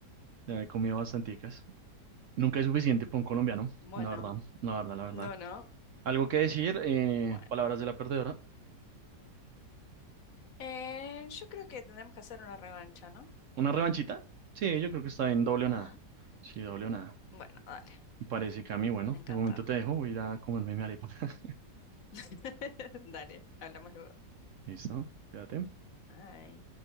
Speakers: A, on the right (about 65°); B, on the left (about 60°).
A: Ya me he comido bastanticas. Nunca es suficiente para un colombiano,
B: Bueno,
A: la verdad, la verdad, la verdad.
B: no, no.
A: Algo que decir, eh,
B: Bueno.
A: palabras de la perdedora.
B: Eh, yo creo que tendremos que hacer una revancha, ¿no?
A: ¿Una revanchita? Sí, yo creo que está bien, doble
B: Ujú.
A: o nada. Sí, doble o nada.
B: Bueno, dale.
A: Me Parece cami bueno,
B: Me encanta.
A: de momento te dejo, voy a ir a comerme mi arepa. <laughs>
B: <laughs> Dale, hablamos luego.
A: ¿Listo? Cuídate.
B: Ay.